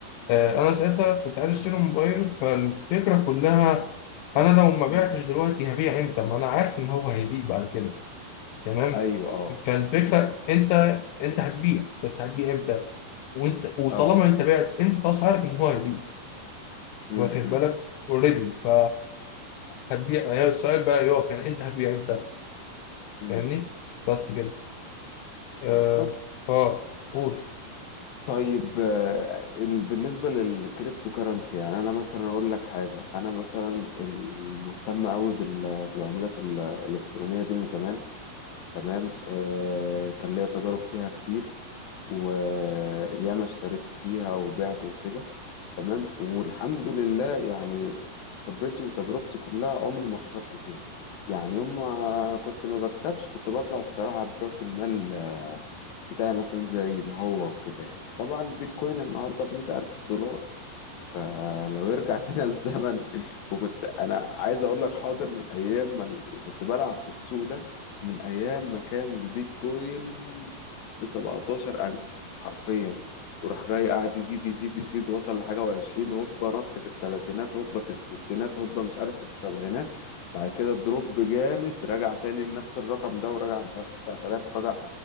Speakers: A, on the left (about 90°); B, on the left (about 65°).
A: آه، انا ساعتها كنت عايز اشتري موبايل فالفكره كلها انا لو ما بعتش
B: مم.
A: دلوقتي هبيع امتى ما انا عارف ان هو هيزيد بعد كده تمام
B: ايوه اه
A: فالفكره
B: مم.
A: انت انت هتبيع بس هتبيع امتى وانت وطالما
B: اه
A: انت بعت انت خلاص عارف ان هو هيزيد
B: مم.
A: واخد
B: مم.
A: بالك اوريدي ف هتبيع هي السؤال بقى يقف يعني انت هتبيع امتى
B: مم.
A: فاهمني بس كده اه
B: بالظبط
A: اه قول
B: طيب آه، ال- بالنسبة للكريبتو كرنسي يعني أنا مثلا أقول لك حاجة أنا مثلا المهتم أوي بال- بالعملات ال- الإلكترونية دي من زمان تمام آه كان ليا تجارب فيها كتير وياما اشتريت فيها وبعت وكده تمام والحمد لله يعني خبرتي وتجربتي كلها عمري ما خسرت فيها يعني يوم ما كنت ما بكسبش كنت بطلع الصراحة برأس المال آه، بتاعي مثلا زي ما هو وكده يعني طبعا البيتكوين النهاردة بمئة ألف دولار فلو يرجع فينا <laughs> الزمن وكنت انا عايز اقول لك حاضر من ايام ما ال- كنت بلعب في السوق ده من ايام ما كان البيتكوين ب 17000 الف حرفيا وراح جاي قاعد يزيد يزيد يزيد وصل لحاجه و20 هوبا نط في الثلاثينات هوبا في الستينات هوبا مش عارف في السبعينات بعد كده دروب جامد رجع تاني لنفس الرقم ده ورجع مش عارف 9000 رجع